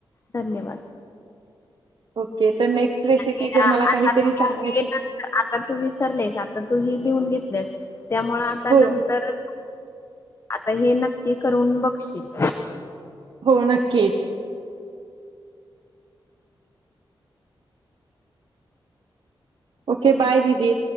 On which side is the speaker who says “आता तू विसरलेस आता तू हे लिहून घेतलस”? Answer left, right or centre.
Left